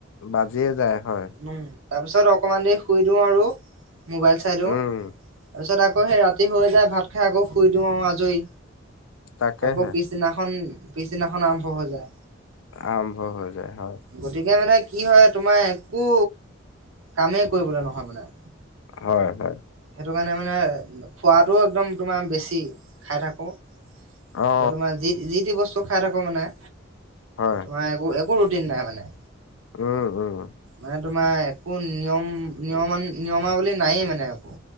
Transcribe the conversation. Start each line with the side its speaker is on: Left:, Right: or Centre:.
Left: বাজিয়ে যায় হয়।
Right: উম, তাৰ পিছত অকমান দেৰি শুই দিওঁ আৰু মোবাইল চাই দিওঁ।
Left: উম
Right: তাৰ পিছত আকৌ সেই ৰাতি হৈ যায় ভাত খাই আকৌ শুই দিওঁ আৰু আজৰি
Left: তাকেহে
Right: আকৌ পিছ পিছদিনাখন পিছদিনাখন আৰম্ভ হৈ যায়।
Left: আৰম্ভ হৈ যায় হয়
Right: গতিকে মানে কি হয় তোমাৰ একো কামেই কৰিবলৈ নহয় মানে।
Left: হয়, হয়।
Right: সেইটো কাৰণে মানে খোৱাটো একদম তোমাৰ বেছি খাই থাকোঁ
Left: অ
Right: আকৌ তোমাৰ যি যি টি বস্তু খাই থাকো মানে।
Left: হয়।
Right: হয়, এইবোৰ একো একো ৰুটিন নাই মানে।
Left: উম, উম।
Right: মানে তোমাৰ একো নিয়ম নিয়ম নিয়মাৱলী নায়ে মানে একো।